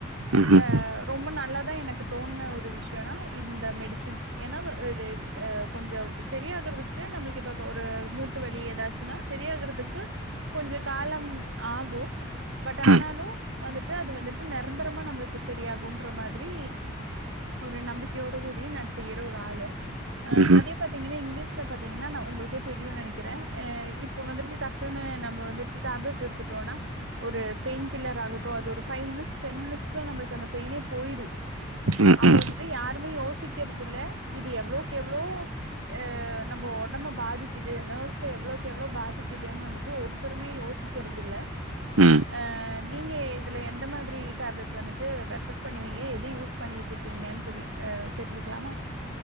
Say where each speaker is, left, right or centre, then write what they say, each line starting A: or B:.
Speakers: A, on the right; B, on the right.
A: ம்ஹ்ம்.
B: அஹ் ரொம்ப ந நல்லாதா எனக்கு தோன்ன ஒரு விஷயனா இந்த மெடிசன்ஸ் ஏன்னா ஒரு ரு அ கொஞ்ச சரியாகறதுக்கு நம்மளுக்கு இப்பப்ப ஒரு மூட்டு வலி எதாச்சுன்னா சரியாகறதுக்கு கொஞ்ச காலம் ஆகு பட் ஆனாலு
A: ம்.
B: வந்துட்டு அது வந்துட்டு நெரந்தரமா நம்மளுக்கு சரியாகுன்ற மாதிரி ஒரு நம்பிக்கையோடு கூடி நா செய்யிற ஒரு ஆளு அ
A: ம்ஹ்ம்.
B: அதே பாத்தீங்கன்னா இங்கிலீஷ் இன்ஸ்டா பாத்தீங்ன்னா நா உங்களுக்கே தெரியு நெனைக்கிற அ இப்ப வந்துட்டு டக்குனு நம்ம வந்துட்டு டேப்லெட் எடுத்துட்டோனா ஒரு பெயின் கில்லராகட்டு அது ஒரு பைவ் மினிட்ஸ் டென் மினிட்ஸ்ல நம்பளுக்கு அந்த பெயினே போயிரு
A: ம்.
B: அப்ப
A: ம்.
B: வந்துட்டு யாருமே யோசிக் க்கிறதுல இது எவ்ளோக்கெவ்ளோ எ நம்ம ஒடம்ப பாதிக்குது நெவ்ஸ்ஸ எவ்ளோக்கெவ்ளோ பாதிக்குதுன்னு வந்துட்டு ஒ த்தருமே யோசிக்கிறதில்ல
A: ம்.
B: ஆ நீங்க இதுல எந்த மாதிரி டேப்லெட் வந்துட்டு ரெஃபர் பண்ணுவீங்க எது யூஸ் பண்ணிட்ருக்கீங்கன் தெரியு அ தெரிஞ்சுக்லாமா